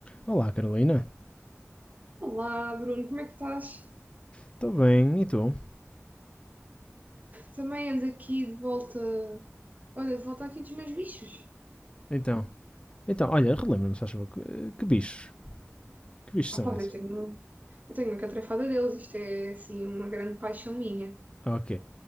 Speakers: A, on the left; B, on the right.
A: Olá, Carolina.
B: Olá, Bruno, como é que estás?
A: Estou bem, e tu?
B: Também ando aqui de volta. Olha, de volta aqui dos meus bichos.
A: Então, então olha, relembra-me, se faz favor, que, eh, que bichos? Que bichos
B: Ah,
A: são
B: pá,
A: esses?
B: eu tenho, eu tenho uma catrefada deles, isto é assim uma grande paixão minha.
A: Ok.